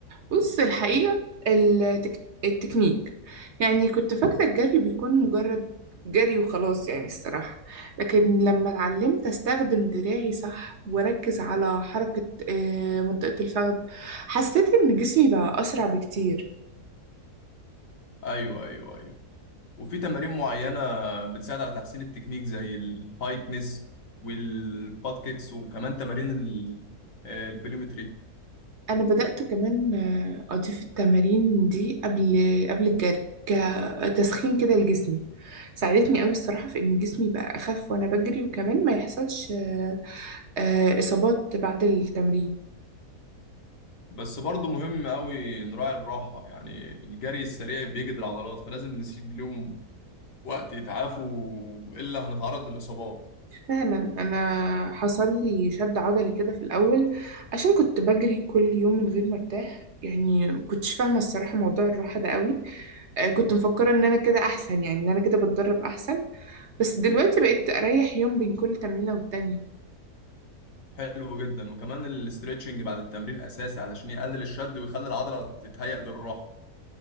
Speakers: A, on the right (about 55°); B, on the left (about 55°).
A: بص الحقيقه التك... التكنيك يعني كنت فاكره الجري بيكون مجرد جري وخلاص يعني الصراحه لكن لما اتعلمت استخدم دراعي صح واركز على حركه آه، منطقه الفخذ حسيت ان جسمي بقى اسرع بكتير
B: ايوه ايوه ايوه وفي تمارين معينة بتساعد على تحسين التكنيك زي الهايتنس والباد كيكس وكمان تمارين ال- آه، البليومتريك
A: انا بدأت كمان آه، اضيف التمارين دي قبل قبل الجري كتسخين كده لجسمي ساعدتني قوي الصراحة في ان جسمي بقى اخف وانا بجري وكمان ما يحصلش آه، آه، اصابات بعد التمرين
B: بس برضه مهم قوي نراعي الراحة يعني الجري السريع بيجهد العضلات فلازم نسيب لهم وقت يتعافوا إلا هنتعرض للإصابات
A: فعلا انا حصل لي شد عضلي كده في الاول عشان كنت بجري كل يوم من غير ما ارتاح يعني كنتش فاهمة الصراحة موضوع الراحة ده قوي آه، كنت مفكرة ان انا كده احسن يعني ان انا كده بتدرب احسن بس دلوقتي بقيت اريح يوم بين كل تمرينة والتانية
B: حلو جدا وكمان الاسترتشنج بعد التمرين أساسي علشان يقلل الشد ويخلي العضلة تتهيأ للراحة